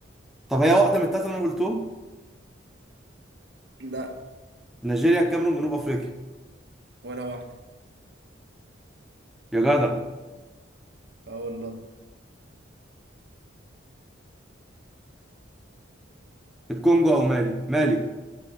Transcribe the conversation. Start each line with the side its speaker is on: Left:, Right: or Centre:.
Centre: طب هي واحدة من التلاتة اللي انا قلتهم
Right: لا
Centre: نيجيريا الكاميرون جنوب افريقيا
Right: ولا واحدة
Centre: يا جدع
Right: اه والله
Centre: الكونجو او مالي مالي